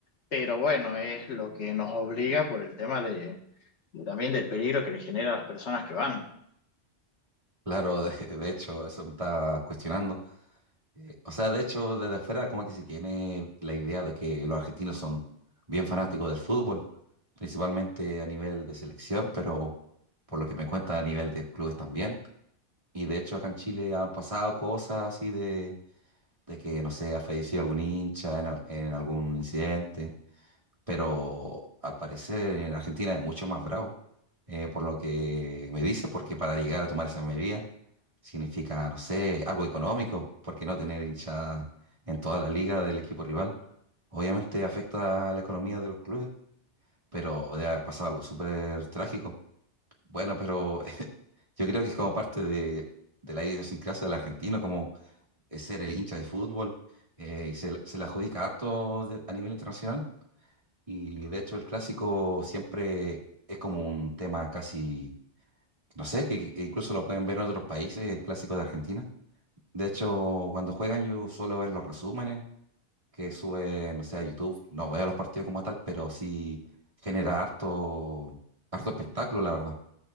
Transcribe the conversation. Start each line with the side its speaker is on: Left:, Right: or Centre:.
Left: pero bueno, es lo que nos obliga por el tema de, de también del peligro que le genera a las personas que van.
Right: Claro, de, de hecho, eso me estaba cuestionando. Eh, o sea, de hecho, desde afuera como que se tiene la idea de que los argentinos son bien fanáticos del fútbol, principalmente a nivel de selección, pero por lo que me cuenta a nivel de clubes también. Y de hecho acá en Chile han pasado cosas así de, de que, no sé, ha fallecido algún hincha en, al- en algún incidente pero al parecer en Argentina es mucho más bravo, eh, por lo que me dice, porque para llegar a tomar esa medida significa, no sé, algo económico, porque no tener hinchada en toda la liga del equipo rival, obviamente afecta a la economía de los clubes, pero debe haber pasado algo súper trágico. Bueno, pero <laughs> yo creo que es como parte de, de la idiosincrasia del argentino, como es ser el hincha de fútbol, eh, y se, la- se la adjudica harto de- a nivel internacional y de hecho el clásico siempre es como un tema casi, no sé, que que incluso lo pueden ver en otros países, el clásico de Argentina. De hecho, cuando juegan yo suelo ver los resúmenes que sube, no sé, a YouTube. No veo los partidos como tal, pero sí genera harto, harto espectáculo, la verdad.